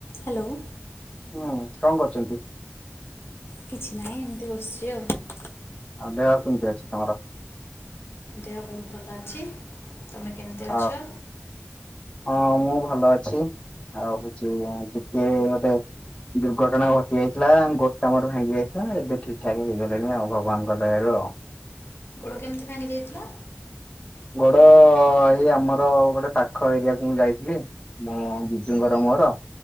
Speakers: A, on the left; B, on the left.
A: Hello.
B: ହୁଁ କଣ କରୁଚନ୍ତି?
A: କିଛି ନାହିଁ ଏମିତି ବସିଛି ଆଉ।
B: ଆଉ ଦେହ କେମିତି ଅଛି ତମର?
A: ଦେହ ବହୁତ୍ ଭଲ ଅଛି ତମେ କେମିତି ଅଛ?
B: ଆ ହଁ ମୁଁ ଭଲ ଅଛି ଆଉ ହଉଛି ଟିକେ ଗୋଟେ ଦୁର୍ଘଟଣା ଘଟି ଯାଇଥିଲା ଗୋଟା ମର ଭାଙ୍ଗି ଯାଇଥିଲା ଏବେ ଠିକ୍ ଠାକ୍ ହେଇଗଲାଣି ଆଉ ଭଗବାନଙ୍କ ଦୟାରୁ ଆଉ।
A: ଗୋଡ଼ କେମିତି ଭାଙ୍ଗି ଯାଇଥିଲା?
B: ଗୋଡ ଏଇ ଆମର ଗୋଟେ ପାଖ ଏରିଆକୁ ମୁଁ ଯାଇଥିଲି। ମୋ ଜିଜୁଙ୍କର ମୋର